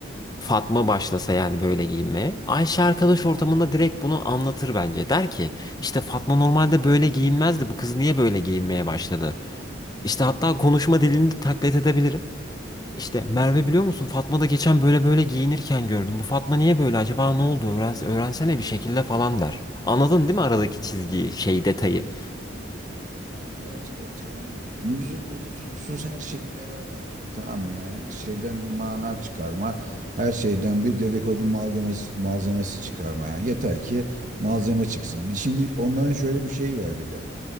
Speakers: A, on the left (about 20°); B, on the right (about 40°).
A: Fatma başlasa yani böyle giyinmeye. Ayşe arkadaş ortamında direkt bunu anlatır bence. Der ki işte Fatma normalde böyle giyinmezdi. Bu kız niye böyle giyinmeye başladı? İşte hatta konuşma dilini de taklit edebilirim. İşte Merve biliyor musun Fatma da geçen böyle böyle giyinirken gördüm. Bu Fatma niye böyle acaba ne oldu? Öğren, öğrensene bir şekilde falan der. Anladın değil mi aradaki çizgiyi, şey detayı?
B: Evet evet yani lüzumlu lüzumsuz her şeyi merak etme tamam mı yani her şeyden bir mana çıkarma her şeyden bir dedikodu malzemesi, malzemesi çıkarma yani yeter ki malzeme çıksın. Bir- Şimdi onların şöyle bir şeyi var bir de